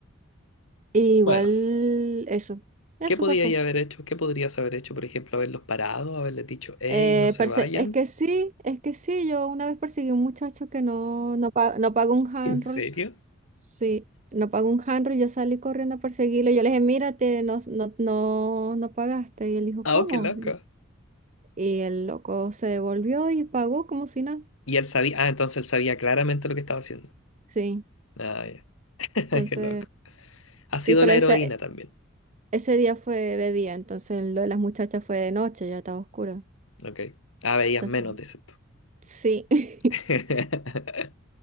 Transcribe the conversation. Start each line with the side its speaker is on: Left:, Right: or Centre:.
Right: Y igual
Left: Bueno,
Right: eso, eso
Left: ¿qué podía
Right: pasó.
Left: ella haber hecho? ¿Qué podrías haber hecho? Por ejemplo, haberlos parado, haberles dicho, hey,
Right: Eh,
Left: no se
Right: perse-
Left: vayan.
Right: es que sí, es que sí, yo una vez perseguí a un muchacho que no, no, pa- no pagó un handroll
Left: ¿En serio?
Right: Sí, no pagó un handro, yo salí corriendo a perseguirlo. Yo le dije, mírate, no, no, no, no pagaste. Y él dijo,
Left: Ah,
Right: ¿cómo?
Left: oh, qué loco.
Right: Y el loco se devolvió y pagó como si nada.
Left: Y él sabía, ah, entonces él sabía claramente lo que estaba haciendo.
Right: Sí,
Left: Ah, ya, <laughs>
Right: entonces,
Left: qué loco. Ha
Right: sí,
Left: sido
Right: pero
Left: la
Right: ese,
Left: heroína también.
Right: ese día fue de día, entonces lo de las muchachas fue de noche, ya estaba oscuro.
Left: Ok. Ah, veías
Right: Entonces,
Left: menos, dices tú.
Right: sí. <laughs>
Left: <laughs>